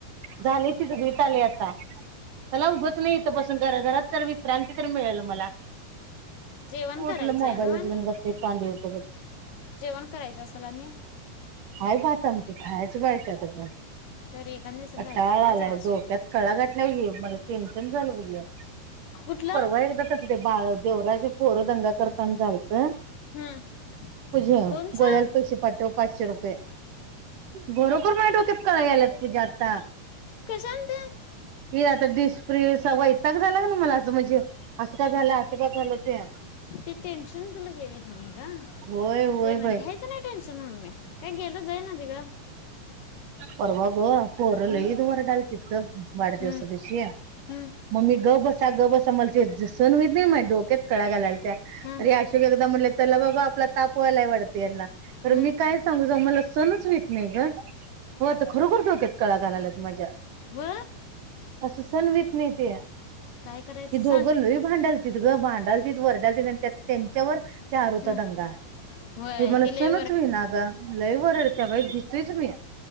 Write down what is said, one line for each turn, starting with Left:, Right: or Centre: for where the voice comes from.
Right: झाल की तिचहुत आलं आता चला उगचं कोण हाय बसून घरा घरात. तर विश्रांती तर मिळेल मला.
Left: जेवण करायचंय
Right: उठलं मोबाईलच
Left: नव्हं आणि
Right: घेऊन बसते पांडे होत
Left: जेवण करायचं असेल आणि --
Right: हाय भात आमटी. खायच बाई आहे ते.
Left: तर एखाद दिवसानं
Right: कटाळा
Left: काय होते खावाच
Right: आलाय
Left: आवाज
Right: डोक्यात
Left: होते
Right: कळा घाटल्यात म् त्येन <unintelligible>
Left: कुठला
Right: परवा एकदा तर ते बाळं देवराजची पोरं दंगा करताना झालं अं
Left: हम्म
Right: पुजा,
Left: फोनचा
Right: गोळ्याला पैसे पाठव पासशे रुपये. बरोबर माझ्या डोक्यात कळा यायल्यात पुजाक्का.
Left: कशान ते
Right: हे आता दिस. प्रियेचा वैतागच. चला न मला म्हणजे असं का झालं, असं का झालं ते
Left: ते टेन्शन तुला घेवीच नाही का
Right: व्हय व्हय
Left: ते ना
Right: बाई.
Left: घ्यायचं नाही टेन्शन मम्मी काय गेला जाई ना तिकड
Right: परवा ग पोर
Left: हं,
Right: लईच वरडालत ग वाढदिवसा
Left: हं,
Right: दिवशी
Left: हं,
Right: मम्मी गबसा गबसा म्हला सन होत नाही मा डोक्यात कळा घालायला त्या
Left: हं,
Right: तरी अशोक एकदा म्हटले चला बाबा आपला तापवायलाय वाटतं याना कारण
Left: हं.
Right: मी काय सांगू जा मला सणच वहिना नाही ग हो आता खरोखर धोक्यात कळा घालायलात माझ्या.
Left: व
Right: असं सणवित नाही ते
Left: काय करायचं
Right: कि दोघं
Left: सांग
Right: लही भांडाल तीत ग भांडाल तितकं वरडाल ते त्यांच्यावर त्या आारूचा
Left: हं.
Right: दंगा
Left: वय
Right: ते मला
Left: ती
Right: सणच
Left: लय
Right: वहिना अग मला लई वरडत्या बाई. मी